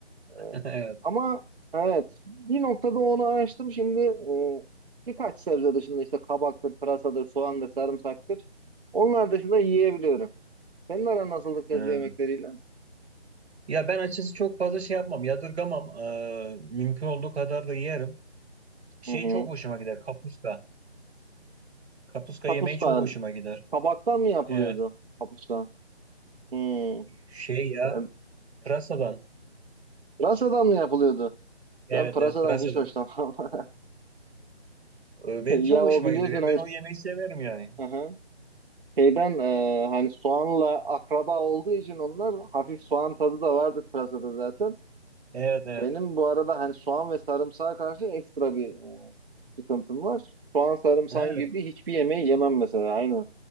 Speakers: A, on the right (about 55°); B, on the right (about 70°).
A: Ee,
B: <laughs> Evet.
A: ama evet bir noktada onu açtım şimdi e, birkaç sebze dışında işte kabaktır, pırasadır, soğandır, sarımsaktır. Onlar dışında yiyebiliyorum. Senin aran nasıldır sebze
B: Hmm.
A: yemekleriyle?
B: Ya ben açıkçası çok fazla şey yapmam, yadırgamam. Ee, mümkün olduğu kadar da yerim. Şey
A: Hı hı.
B: çok hoşuma gider, kapuska. Kapuska
A: Kapuska.
B: yemeği çok hoşuma gider.
A: Kabaktan mı yapılıyordu?
B: Evet.
A: Kapuska. Hı.
B: Şey ya,
A: Yani
B: pırasadan.
A: pırasadan mı yapılıyordu?
B: Evet
A: Ben pırasadan
B: evet pırasadan.
A: hiç hoşlanmam. <laughs>
B: Ee, benim
A: Ya
B: çok hoşuma
A: o biliyorsun
B: gider. ya.
A: hani
B: Ben o yemeği severim yani.
A: hı şeyden e, hani soğanla akraba olduğu için onlar hafif soğan tadı da vardır pırasada zaten.
B: Evet evet.
A: Benim bu arada hani soğan ve sarımsağa karşı ekstra bir sıkıntım var. Soğan sarımsağın
B: Ha,
A: girdiği hiçbir yemeği yemem mesela aynı.